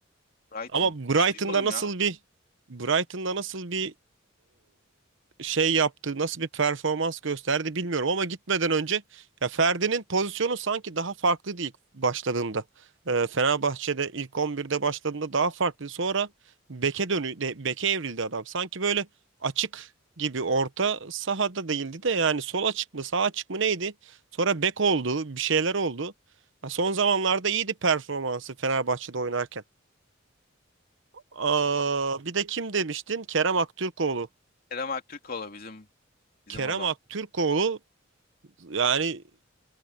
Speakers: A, on the left (about 45°); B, on the right (about 65°).
A: Brighton.
B: Ama
A: Hiç
B: Brighton'da
A: duymadım
B: nasıl
A: ya.
B: bir Brighton'da nasıl bir e, şey yaptı, nasıl bir performans gösterdi bilmiyorum ama gitmeden önce ya Ferdi'nin pozisyonu sanki daha farklıydı ilk başladığında. E, Fenerbahçe'de ilk 11'de başladığında daha farklı. Sonra beke dönü de, beke evrildi adam. Sanki böyle açık gibi orta sahada değildi de yani sol açık mı, sağ açık mı neydi? Sonra bek oldu, bir şeyler oldu. Ha, son zamanlarda iyiydi performansı Fenerbahçe'de oynarken. Aa, bir de kim demiştin? Kerem Aktürkoğlu.
A: Kerem Aktürkoğlu bizim bizim
B: Kerem
A: adam.
B: Aktürkoğlu yani